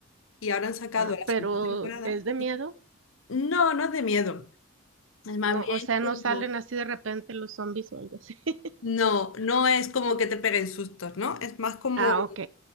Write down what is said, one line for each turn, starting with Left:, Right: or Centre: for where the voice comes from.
Left: Y ahora han sacado
Right: ah,
Left: la
Right: pero
Left: segunda temporada.
Right: ¿es de miedo?
Left: No, no es de miedo. Es más
Right: No,
Left: bien
Right: o sea,
Left: como...
Right: no salen así de repente los zombies o algo así. <laughs>
Left: No, no es como que te peguen sustos, ¿no? Es más como
Right: Ah, ok.